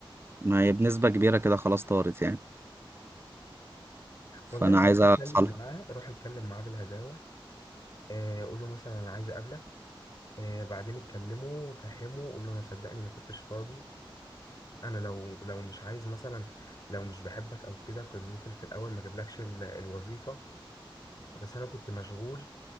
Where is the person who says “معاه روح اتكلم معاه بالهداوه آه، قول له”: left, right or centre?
Left